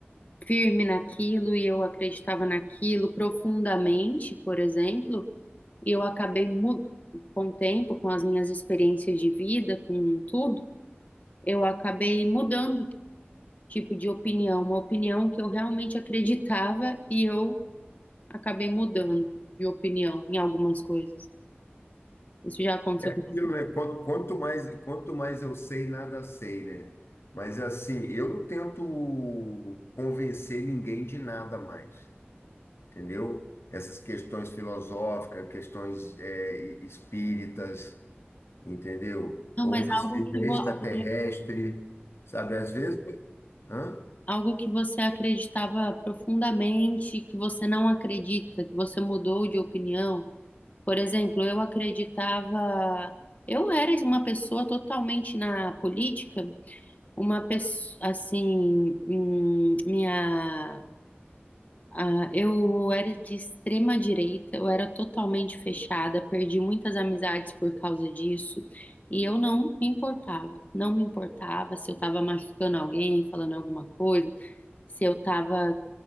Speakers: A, on the left; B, on the left.
A: firme naquilo e eu acreditava naquilo profundamente, por exemplo, e eu acabei mu- com o tempo, com as minhas experiências de vida, com tudo, eu acabei mudando tipo de opinião, uma opinião que eu realmente acreditava e eu acabei mudando de opinião em algumas coisas. Isso já aconteceu
B: Aquilo,
A: com você.
B: né? Quanto, quanto mais, quanto mais eu sei, nada sei, né? Mas assim, eu não tento convencer ninguém de nada mais. entendeu? Essas questões filosóficas, questões é, e- espíritas, entendeu?
A: Não,
B: Ou
A: mas
B: que seja
A: algo que
B: extraterrestre,
A: você,
B: sabe? Às vezes, hã?
A: algo que você acreditava profundamente, que você não acredita, que você mudou de opinião. Por exemplo, eu acreditava, eu era uma pessoa totalmente na política, uma pessoa assim, hum, minha Ah, eu era de extrema direita, eu era totalmente fechada, perdi muitas amizades por causa disso, e eu não me importava, não me importava se eu estava machucando alguém, falando alguma coisa, se eu estava,